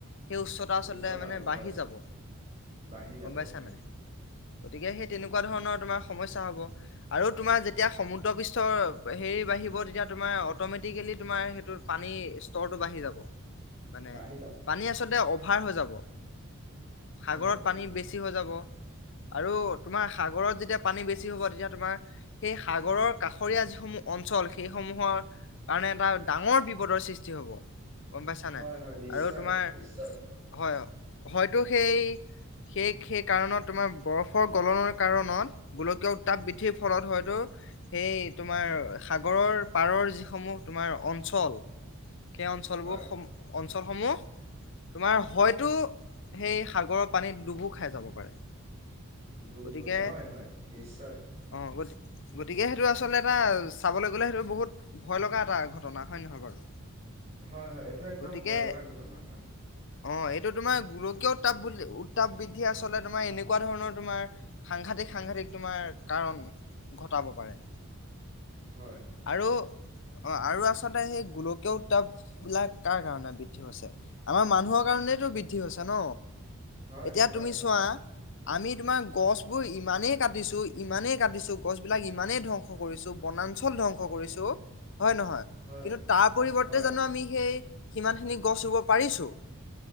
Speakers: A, on the left (about 55°); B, on the right (about 30°).
A: সেই উচ্চতা আচলতে
B: উচ্চতাটো
A: মানে বাঢ়ি
B: হয়
A: যাব।
B: বাঢ়ি যাব
A: গম পাইছা
B: হয়
A: নাই। গতিকে সেই তেনেকোৱা ধৰনৰ তোমাৰ সমস্যা হব, আৰু তোমাৰ যেতিয়া সমুদ্ৰ পৃষ্ঠৰ হেৰি বাঢ়িব তেতিয়া তোমাৰ অতমেটিকেলি তোমাৰ সেইটো পানী স্তৰ তো বাঢ়ি যাব। মানে
B: বাঢ়ি যাব
A: পানী আচলতে অভাৰ হৈ যাব। সাগৰত
B: হৈ যাব
A: পানী বেছি হৈ যাব। আৰু তোমাৰ সাগৰত যেতিয়া পানী বেছি হ'ব তেতিয়া তোমাৰ সেই সাগৰৰ কাষৰীয়া যিসমূহ অঞ্চল সেই সমূহৰ কাৰণে এটা ডাঙৰ বিপদৰ সৃষ্টি হব। গম পাইছা
B: হয়
A: নাই
B: হয় নিশ্চয়
A: আৰু তোমাৰ
B: নিশ্চয়
A: হয় হয়তো সেই সেই সেই কাৰণত তোমাৰ বৰফৰ গলনৰ কাৰণত গোলকীয় উত্তাপ বৃদ্ধিৰ ফলত হয়তো সেই তোমাৰ সাগৰৰ পাৰৰ যি সমূহ তোমাৰ অঞ্চল সেই অঞ্চলবোৰ
B: হয়
A: অঞ্চলসমূহ তোমাৰ হয়তো সেই সাগৰৰ পানীত ডুবো খাই যাব পাৰে
B: দুব
A: গতিকে
B: হৈ যায় হয় হয় নিশ্চয়
A: অ গতি গতিকে সেইটো আচলতে এটা চাবলৈ গ'লে সেইটো বহুত ভয় লগা এটা ঘটনা হয় নহয় বাৰু
B: হয় হয় এইটো একদম
A: গতিকে
B: ভয় লগা ঘটনা হয়
A: অ এইটো তোমাৰ গোলকীয় উত্তাপ উত্তাপ বৃদ্ধি আচলতে তোমাৰ এনেকুৱা ধৰণৰ তোমাৰ সাংঘাতিক সাংঘাতিক তোমাৰ কাৰণ ঘটাব পাৰে
B: হয়
A: আৰু অ আৰু আচ তে সেই গোলকীয় উত্তাপ বিলাক কাৰ কাৰণে ব <unintelligible> আমাৰ মানুহৰ কাৰণেতো বৃদ্ধি হৈছে ন
B: হয়
A: এতিয়া
B: হয়
A: তুমি চোৱা আমি তোমাৰ গছবোৰ ইমানেই কাটিছো ইমানেই কাটিছো গছবিলাক ইমানেই ধ্বংস কৰিছো বনাঞ্চল ধ্বংস কৰিছো হয় নহয়
B: হয়
A: কিন্তু তাৰ পৰিৱৰ্তে
B: হয়
A: জানো
B: হয়
A: আমি সেই সিমানখিনি গছ ৰুব পাৰিছো